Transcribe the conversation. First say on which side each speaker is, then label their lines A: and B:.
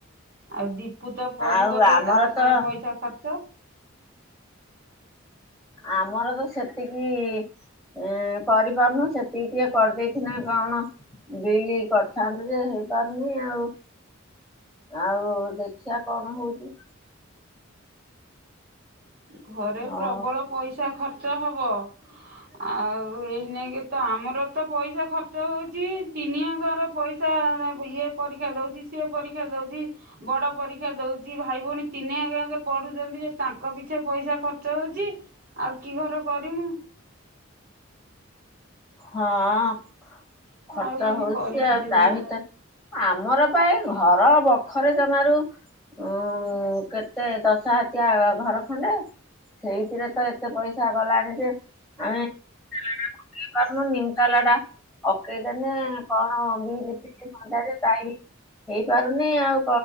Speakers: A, on the right (about 50°); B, in the centre.
A: ଆଉ ଦୀପୁ ତ ପଢିବ
B: ଆଉ
A: ଯେ
B: ଆମର
A: ତା ପାଇଁ
B: ତ
A: ପଇସା ଖର୍ଚ୍ଚ।
B: ଆ ଆମର ତ ସେତିକି ଏ କରିପାରୁନୁ ସେତିକି ଟିକେ କରିଦେଇଥିନେ କଣ? ବିଲି କରିଥାନ୍ତୁ ଯେ ହେଇପାରୁନି ଆଉ ଆଉ ଦେଖିଆ କଣ ହଉଛି?
A: ଘରେ
B: ହଁ
A: ପ୍ରବଳ ପଇସା ଖର୍ଚ୍ଚ, ଖର୍ଚ୍ଚ ହବ। ଆଉ ଏଇ ନେଇକି ତ ଆମରତ ପଇସା ଖର୍ଚ୍ଚ ହଉଛି ତିନି ଆଙ୍କର ପଇସା <inaudible> ଇଏ ପରୀକ୍ଷା ଦଉଛି, ସିଏ ପରୀକ୍ଷା ଦଉଛି ବଡ ପରୀକ୍ଷା ଦଉଛି, ଭାଇ ଭଉଣୀ ତିନିହାଙ୍କେ ପଢୁଛନ୍ତି ଯେ ତାଙ୍କ ପିଛେ ପଇସା ଖର୍ଚ୍ଚ ହଉଛି। ଆଉ କି ଘର କରିମୁ। <inaudible>
B: ହଁ ଖର୍ଚ୍ଚ
A: ଆଉ ଏଇନେ
B: ହଉଛି
A: କରିପାରିବିନି।
B: ଆଉ ତା ଭିତରେ, ଆମର ପା ଏଘର ବଖ ଖରେ ଜମାରୁ ଉଁ କେତେ ଦଶ ହାତିଆ ଘର ଖଣ୍ଡେ। ସେଇଥିରେ ତ ଏତେ ପଇସା ଗଲାଣି ଯେ ଆମେ, <unintelligible> <unintelligible> ହେଇପାରୁନି ଆଉ